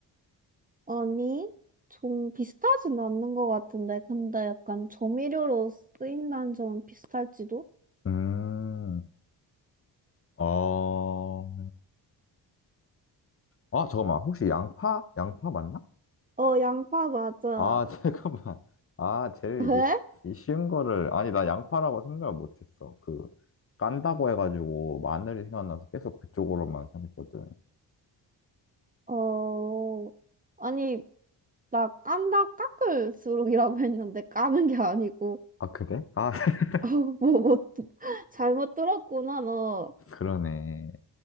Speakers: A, on the right; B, on the left.
A: 아니, 좀 비슷하진 않는 것 같은데, 근데 약간 조미료로 쓰인다는 점은 비슷할지도?
B: 음, 어, 아, 잠깐만. 혹시 양파? 양파 맞나?
A: 어, 양파 맞아.
B: 아, <laughs> 잠깐만. 아, 제일
A: 왜?
B: 이게 쉬, 이 쉬운 거를, 아니, 나 양파라고 생각을 못했어. 그, 깐다고 해가지고 마늘이 생각나서 계속 그쪽으로만 생각했거든.
A: 어, 아니, 나 깐다 깎을수록이라고 했는데 까는 게 아니고,
B: 아, 그래? 아, <laughs>
A: <laughs> 어, 뭐, 뭐, 잘못 들었구나, 너.
B: 그러네.